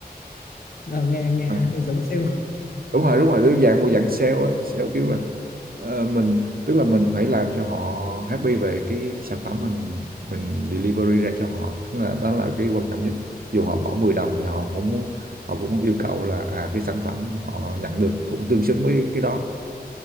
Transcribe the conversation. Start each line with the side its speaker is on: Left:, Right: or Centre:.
Left: Ờ, nghe nghe
Right: Ờ.
Left: hơi giống sale
Right: đúng rồi đúng rồi tức dạng một dạng sale á sale kiểu là ờ, mình tức là mình phải làm cho họ happy về cái sản phẩm mình mình delivery ra cho họ tức là đó là cái quan trọng nhất dù họ bỏ 10 đồng thì họ cũng muốn họ cũng yêu cầu là à cái sản phẩm họ nhận được cũng tương xứng với cái đó